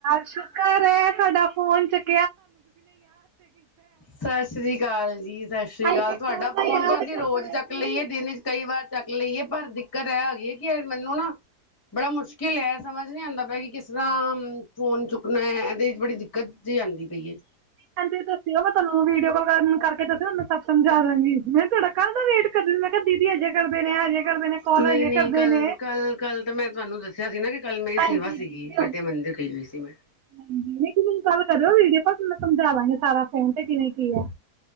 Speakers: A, on the right; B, on the left.
A: ਸ਼ੁਕਰ ਹੈ ਤੁਹਾਡਾ ਫੋਨ ਚੱਕ
B: ਸਾਸਰੀ ਕਾਲ ਜੀ ਸਾਸਰੀ
A: ਅਸੀਂ
B: ਕਾਲ
A: ਤੇ
B: ਤੁਹਾਡਾ
A: ਕਦੋਂ
B: ਫੋਨ
A: ਦਾ ਯਾਦ
B: ਤੋਂ ਅਸੀਂ
A: ਕਰਦੇ
B: ਰੋਜ਼
A: ਪਏ
B: ਚੱਕ
A: ਸੀ।
B: ਲਈਏ ਦਿਨ ਕਈ ਵਾਰ ਚੱਕ ਲਈਏ ਪਰ ਦਿੱਕਤ ਇਹ ਹੈਗੀ ਐ ਕਿ ਮੈਨੂੰ ਨਾ ਬੜਾ ਮੁਸ਼ਕਿਲ ਹੈ ਸਮਝ ਨੀ ਆਉਂਦਾ ਪਿਆ ਕਿ ਕਿਸ ਤਰ੍ਹਾਂ ਫੋਨ ਚੁੱਕਣਾ ਇਹਦੇ ਚ ਬੜੀ ਦਿੱਕਤ ਜੀ ਆਦੀ ਪਈ ਐ,
A: ਹਾਂਜੀ ਦੱਸਿਓ ਮੈਂ ਤੁਹਾਨੂੰ ਵੀਡੀਓ ਕਾਲ ਕਰਕੇ ਦੱਸਿਓ ਮੈਨੂੰ ਸਭ ਸਮਝਾ ਦਾਂਗੀ ਮੈਂ ਤੁਹਾਡਾ ਕੱਲ੍ਹ ਦਾ ਵੇਟ ਕਰ ਮੈਂ ਕਿਹਾ ਦੀਦੀ ਹਜੇ ਕਰਦੇ ਨੇ ਹਜੇ ਕਰਦੇ ਨੇ ਕਾਲ
B: ਨਹੀਂ
A: ਹਜੇ
B: ਨਹੀਂ
A: ਕਰਦੇ
B: ਕੱਲ
A: ਨੇ
B: ਕੱਲ ਕੱਲ ਤਾਂ ਮੈਂ ਤੁਹਾਨੂੰ ਦੱ ਸਿਆ ਸੀਗਾ ਕਿ, ਕੱਲ ਮੇਰੀ
A: ਹਾਂਜੀ
B: ਸੇਵਾ ਸੀਗੀ
A: ਬਿਜ਼ੀ ਹੋ
B: ਵੱਡੇ
A: ਗਏ ਸੀ
B: ਮੰਦਿਰ
A: ਤੁਸੀਂ।
B: ਗਈ ਹੋਈ ਸੀ ਮੈਂ,
A: ਹਾਂਜੀ ਨਹੀਂ ਤੁਸੀਂ ਮੈਨੂੰ ਗੱਲ ਕਰਿਓ ਵੀਡੀਓ ਕਾਲ ਮੈਂ ਸਮਝਾਦਾਗੀ ਸਾਰਾ ਫੋਨ ਤੇ ਕਿਵੇਂ ਕੀ ਐ।